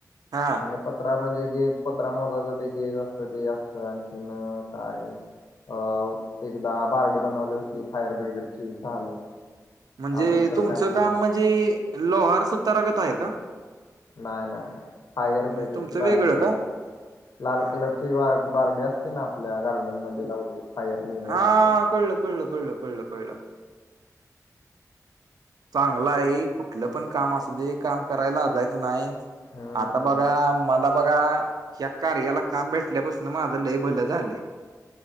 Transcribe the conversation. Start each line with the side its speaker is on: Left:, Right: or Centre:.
Right: हां
Left: आणि पत्रा म्हणजे गेज पत्रा मोजाचं ते गेज असतं ते असतं आणखीन काय अ एकदा बारडी बनवली होती फायर ब्रिगेडची झालं
Right: म्हणजे
Left: अजून तर
Right: तुमचं
Left: काय नाही
Right: काम म्हणजी लोहार सुतारागत हाय का
Left: नाय नाय नाय फायर
Right: म्हणजे
Left: ब्रिगेडची
Right: तुमचं
Left: बारडी
Right: वेगळं का?
Left: ओ लाल
Right: हा
Left: कलरची
Right: हा
Left: बार बार्डी असती ना आपल्या गार्डन मधे लावलेली फायर लिलेलं
Right: हा
Left: असतं <inaudible>
Right: कळलं कळलं कळलं कळलं कळलं. चांगलां हे कुठलं पण काम असू दे काम करायला लाजाय स नाय
Left: हम्म
Right: आता बघा माला बघा ह्या कार्याला काम भेटल्यापासून माझं लय भलं झालं